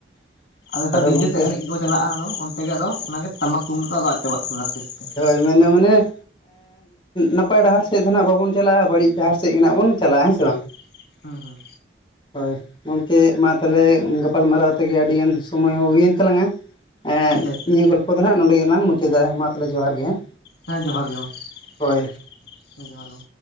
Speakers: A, on the left; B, on the left.
A: ᱾
B: ᱱᱤᱛᱚᱜ
A: ᱟᱫᱚ
B: ᱰᱤᱡᱮ
A: ᱜᱚᱝᱠᱮ
B: ᱥᱮᱫ ᱮᱱᱮᱡ ᱜᱮᱠᱚ ᱪᱟᱞᱟᱜᱼᱟ ᱟᱫᱚ ᱚᱱᱛᱮ ᱜᱮ ᱟᱫᱚ ᱚᱱᱟᱜᱮ ᱴᱟᱢᱟᱠ ᱛᱩᱢᱫᱟᱜ ᱫᱚ ᱟᱫᱚ ᱟᱫ ᱪᱟᱵᱟᱜ ᱠᱟᱱᱟ ᱟᱥᱛᱮ ᱟᱥᱛᱮ ᱾
A: ᱢᱮᱱ ᱫᱚ ᱢᱟᱱᱮ ᱱᱟᱯᱟᱭ ᱰᱟᱦᱟᱨ ᱥᱮᱫ ᱫᱚ ᱱᱟ ᱦᱟᱜ ᱵᱟᱵᱚᱱ ᱪᱟᱞᱟᱜᱼᱟ ᱵᱟᱹᱲᱤᱡ ᱰᱟᱦᱟᱨ ᱥᱮᱫ ᱜᱮ ᱦᱟᱜ ᱵᱚᱱ ᱪᱟᱞᱟᱜᱼᱟ ᱥᱮ
B: ᱦᱮᱸ
A: ᱵᱟᱝ
B: ᱦᱮᱸ
A: ᱦᱳᱭ ᱜᱚᱢᱠᱮ ᱢᱟ ᱛᱟᱦᱚᱞᱮ ᱜᱟᱯᱟᱞᱢᱟᱨᱟᱣ ᱛᱮᱜᱮ ᱟᱹᱰᱤᱜᱟᱱ ᱥᱚᱢᱚᱭ ᱦᱚᱸ ᱦᱩᱭᱮᱱ ᱛᱟᱞᱟᱝᱟ ᱮᱸ
B: ᱟᱪᱪᱷᱟ ᱟᱪᱪᱷᱟ
A: ᱱᱤᱭᱟᱹ ᱜᱚᱞᱯᱚ ᱫᱚ ᱱᱟᱦᱟᱜ ᱱᱚᱰᱮ ᱜᱮᱞᱟᱝ ᱢᱩᱪᱟᱹᱫᱟ ᱾ ᱢᱟ ᱛᱟᱦᱞᱮ ᱡᱚᱦᱟᱨ ᱜᱮ ᱦᱮᱸ
B: ᱦᱮᱸ ᱡᱚᱦᱟᱨ ᱜᱮ
A: ᱦᱳᱭ
B: ᱾ ᱦᱮᱸ ᱡᱚᱦᱟᱨ ᱜᱮ